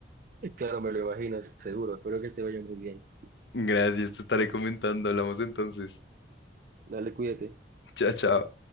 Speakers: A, on the right (about 50°); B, on the left (about 80°).
A: Claro, me lo imaginas, seguro. Espero que te vaya muy bien.
B: Gracias, te estaré comentando. Hablamos entonces.
A: Dale, cuídate.
B: Chao, chao.